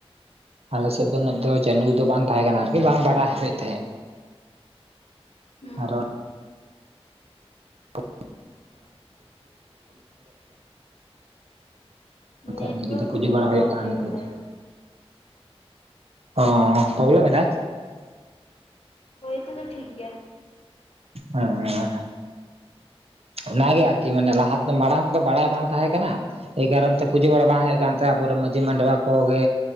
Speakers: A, on the right (about 70°); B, on the left (about 65°).
A: ᱟᱞᱮ ᱥᱮᱜ ᱫᱚ ᱩᱱᱟᱜ ᱫᱚ ᱪᱟᱱᱩ ᱫᱚ ᱵᱟᱝ ᱛᱟᱦᱮᱸ ᱠᱟᱱᱟ ᱟᱨᱠᱤ ᱵᱟᱝ ᱵᱟᱰᱟᱭᱮᱫ ᱛᱟᱦᱮᱸᱫ,
B: ᱦᱩᱸ
A: ᱟᱨ
B: ᱦᱩᱸ,
A: <inaudible> <inaudible> <inaudible>
B: ᱦᱩᱸ ᱱᱮᱴᱣᱟᱨᱠ
A: ᱱᱤᱡᱮ ᱫᱚ ᱯᱩᱡᱟᱹ
B: ᱠᱟᱹᱴᱤᱡ
A: ᱵᱟᱲᱟ ᱦᱩᱭᱩᱜ
B: ᱯᱨᱚᱵᱞᱮᱢ
A: ᱠᱟᱱᱟ ᱱᱮᱛᱮ
B: ᱫᱟᱭ
A: ᱫᱚ, ᱚᱸ ᱚᱸ ᱯᱚᱵᱞᱮᱢ ᱮᱱᱟᱭ᱾
B: ᱦᱳᱭ ᱛᱚᱵᱮ ᱴᱷᱤᱠ ᱜᱮᱭᱟ᱾
A: ᱦᱮᱸᱦᱮᱸ ᱦᱮᱸ ᱚᱱᱟᱜᱮ ᱟᱨᱠᱤ ᱢᱟᱱᱮ ᱞᱟᱦᱟᱛᱮ ᱢᱟᱲᱟᱝ ᱛᱮᱫᱚ ᱵᱟᱲᱟᱭ ᱵᱟᱝ ᱛᱟᱦᱮᱸ ᱠᱟᱱᱟ᱾ ᱮᱭ ᱠᱟᱨᱚᱱ ᱛᱮ ᱯᱩᱡᱟᱹ ᱵᱟᱲᱟ ᱵᱟᱝ ᱦᱮᱜ ᱠᱟᱱ ᱛᱟᱦᱮᱸ ᱟᱵᱚᱨᱮᱱ ᱢᱟᱺᱡᱷᱤ ᱢᱟᱰᱣᱟ ᱠᱚᱜᱮ,